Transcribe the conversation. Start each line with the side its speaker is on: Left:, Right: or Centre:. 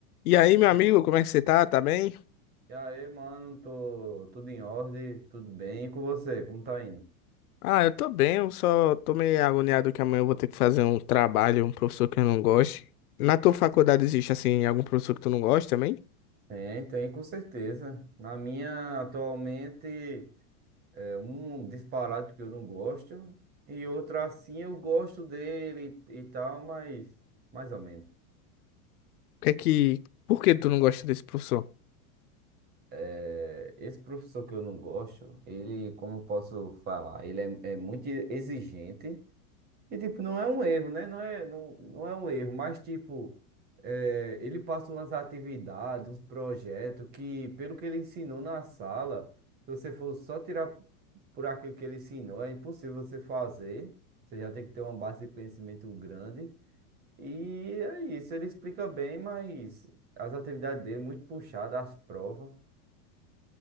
Left: E aí, meu amigo, como é que você tá? Tá bem?
Right: E aí, mano, tô tudo em ordem, tudo bem. E com você, como tá indo?
Left: Ah, eu tô bem, eu só tô meio agoniado que amanhã eu vou ter que fazer um trabalho, um professor que eu não gosto. Na tua faculdade existe, assim, algum professor que tu não gosta também? O
Right: Tem, tem, com certeza. Na minha, atualmente, é um disparado que eu não gosto, e outra assim eu gosto dele e, e tal, mas mais ou menos.
Left: que é que... Por que tu não gosta desse professor?
Right: É, esse professor que eu não gosto, ele, como eu posso falar, ele é, é muito exigente. E, tipo, não é um erro, né? Não é, não, não é um erro, mas, tipo, eh, ele passa umas atividades, uns projetos que, pelo que ele ensinou na sala, se você for só tirar por aquilo que ele ensinou, é impossível você fazer. Você já tem que ter uma base de conhecimento grande. E é isso, ele explica bem, mas as atividades dele, muito puxadas, as provas.